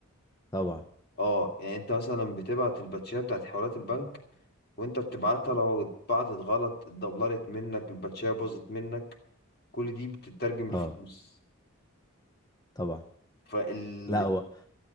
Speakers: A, on the left; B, on the left.
A: طبعا
B: اه يعني انت مثلا بتبعت الباتشيه بتاعت حوالات البنك وانت بتبعتها لو اتبعتت غلط اتدبلرت منك الباتشيه باظت منك كل دي بتترجم
A: اه
B: لفلوس
A: طبعا
B: فالتركيز
A: لا هو